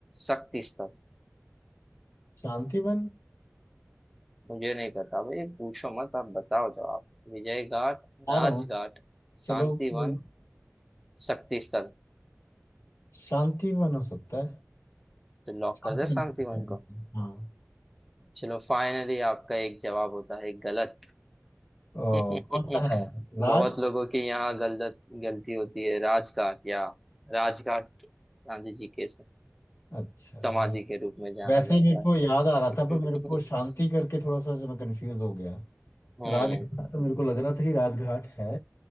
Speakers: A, in the centre; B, on the left (about 65°).
A: शक्ति स्थल
B: शांतिवन
A: मुझे नहीं पता भाई पूछो मत आप बताओ जवाब विजय घाट राजघाट
B: आ रहा हूँ चलो
A: शांतिवन
B: कोई नहीं।
A: शक्ति स्थल
B: शांति वन हो सकता है
A: तो लॉक
B: शांति
A: कर दे
B: वन
A: शांतिवन
B: हो सकता है।
A: को
B: हाँ
A: चलो फाइनली आपका एक जवाब होता है गलत
B: ओ,
A: <laughs>
B: कौन सा है
A: बहुत
B: राज
A: लोगों के यहाँ गलत गलती होती है राजघाट या राजघाट गांधी जी के
B: अच्छा
A: समाधि
B: राज।
A: के रूप में जाना
B: वैसे
A: जाता
B: ही मेरे को याद आ रहा
A: है
B: था पर मेरे को शांति
A: <laughs>
B: करके थोड़ा सा जो मैं कंफ्यूज हो गया
A: हम्म
B: राजघाट तो मेरे को लग रहा था कि राजघाट है